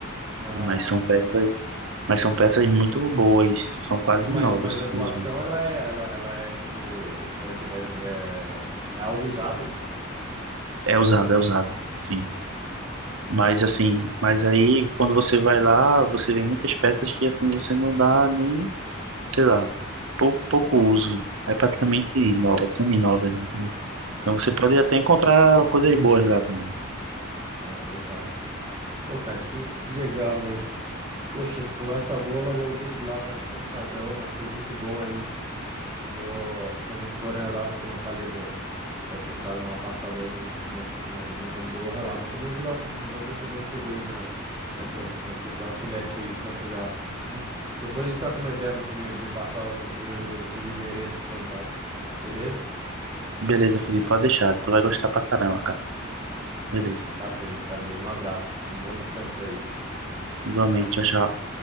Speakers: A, on the right; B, on the right.
A: Ah,
B: Mas são
A: entendi.
B: peças, mas são peças muito boas, são quase
A: Mas,
B: novas.
A: mas
B: simplesmente.
A: a doação, ela é, ela, ela é tipo, é, é, é é algo usado?
B: É usado, é usado, sim.
A: Ah,
B: Mas assim, mas aí quando você vai lá, você vê muitas peças que assim você não dá nem, sei lá, pouco, pouco uso. É praticamente
A: hum.
B: nova, semi-nova, entendeu?
A: ah,
B: Então você pode até encontrar coisas boas lá também.
A: ah, legal. Pô, cara, que, que legal, velho. Poxa, essa conversa tá boa, mas eu vou ter que ir lá, cara. Tô cansadão, mas foi muito bom aí Vou, quando a gente for na Europa, como eu falei, vou, vou tentar dar uma passada aí, né, nessa, na, na Andorra lá, mas também vou dar um, vou ver se eu dou- chego aí na, nessas, nessas outlet aí em Portugal. <laughs> Depois a gente troca uma ideia pra tu me, me passar o- o- os endereços e contatos. Beleza?
B: Beleza, Felipe, pode deixar. Tu vai gostar pra caramba, cara. Beleza.
A: Tá bem, tá bem. Um abraço. Um bom descanso aí.
B: Igualmente, tchau, tchau.